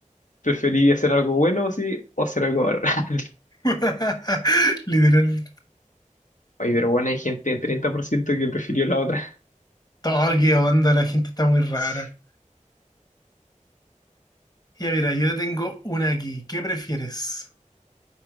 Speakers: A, on the left; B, on the left.
A: preferí hacer algo bueno, sí, o hacer algo malo. <laughs>
B: <laughs> Literal,
A: Ay, pero bueno, hay gente de 30% que prefirió la otra.
B: todo qué onda, la gente está muy rara.
A: <laughs> Sí.
B: Ya mira, yo tengo una aquí. ¿Qué prefieres?